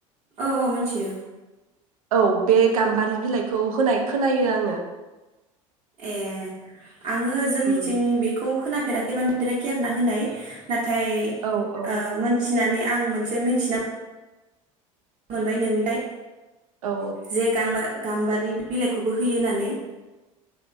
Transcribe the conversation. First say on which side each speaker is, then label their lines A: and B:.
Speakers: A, on the right; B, on the right.
A: औ-औ मोनथियो।
B: औ बे गाम्बारि बिलाइखौ होनाय खोनायो आङो।
A: ए आङो जोंनिथिं
B: उम
A: बेखौ। खोनाफेराखैबा निराखयारना होनाय। नाथाय ओ
B: औ औ
A: मोनसे। मिनानै आं मोनसे मिथिना। मोनबाय नोंनिफ्राय।
B: औ
A: जे गांबो गाम्बारि बिलाइखौबो होयो होननानै।